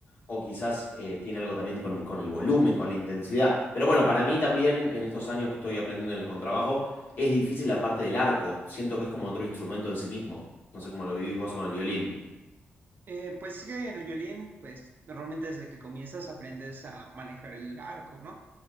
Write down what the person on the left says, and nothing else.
o quizás eh, tiene algo también con, con el volumen, con la intensidad. Pero bueno, para mí también en estos años que estoy aprendiendo en el contrabajo, es difícil la parte del arco. Siento que es como otro instrumento en sí mismo. No sé cómo lo vivís vos con el violín.